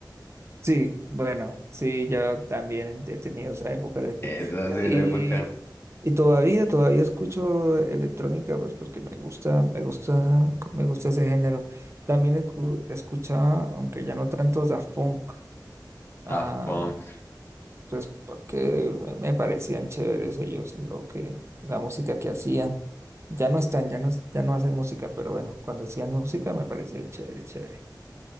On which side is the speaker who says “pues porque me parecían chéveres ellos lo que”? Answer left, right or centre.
Right